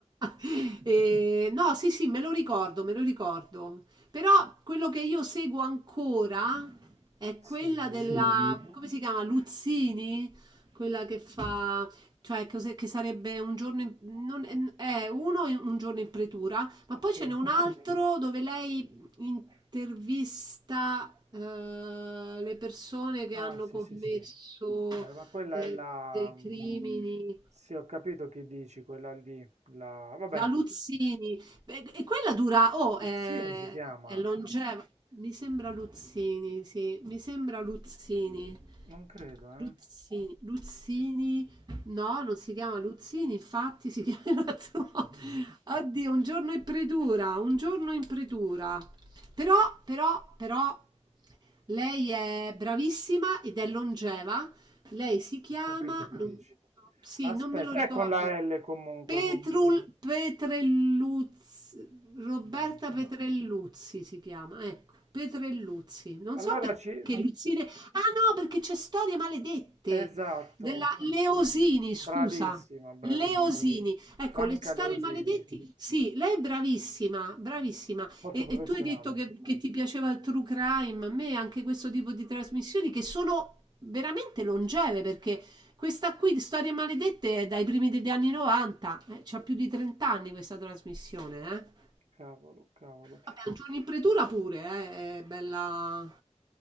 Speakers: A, on the right (about 35°); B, on the right (about 70°).
A: <laughs> E, no, sì, sì, me lo ricordo, me lo ricordo. Però quello che io seguo ancora è
B: Sì,
A: quella della, come si chiama, Luzzini? quella che fa cioè cos'è- che sarebbe un giorno in- non- è uno in- un giorno in pretura, ma
B: ok.
A: poi ce n'è un altro dove lei intervista eh, le persone che
B: Ah,
A: hanno
B: sì,
A: commesso
B: sì, sì. Beh, ma quella
A: eh,
B: è la...
A: dei
B: mm,
A: crimini.
B: Sì, ho capito che dici, quella lì. La... Vabbè,
A: La Luzzini, Beh, e quella dura, oh,
B: Pezzini
A: è,
B: si chiama.
A: è longeva. Mi sembra Luzzini, sì, mi sembra Luzzini.
B: Non credo, eh.
A: Luzzini, Luzzini, no, non si chiama Luzzini, infatti si <laughs> chiama in un altro modo.
B: <laughs>
A: Oddio, un giorno in predura, un giorno in predura. Però, però, però, lei è bravissima ed è longeva. Lei si chiama,
B: Ho capito che
A: non-
B: dici.
A: sì,
B: Aspetta,
A: non me lo ricordo.
B: è con la L comunque.
A: Petrul
B: com-
A: Petrelluzzi, Roberta
B: vabbè.
A: Petrelluzzi si chiama, ecco, Petrelluzzi. Non
B: Allora
A: so perché
B: ci...
A: Luzzine. Ah no, perché c'è Storie maledette
B: Esatto,
A: della Leosini, scusa.
B: bravissima, bravissima.
A: Leosini, ecco,
B: Franca
A: le storie
B: Leosini,
A: maledetti. Sì, lei è bravissima, bravissima.
B: molto
A: E,
B: professionale.
A: e tu hai detto che, che ti piaceva il true crime, a me anche questo tipo di trasmissioni che sono veramente longeve perché questa qui di Storie Maledette è dai primi degli anni 90, eh, c'ha più di 30 anni questa trasmissione, eh.
B: Cavolo, cavolo.
A: Vabbè, un giorno in pretura pure, eh, è bella,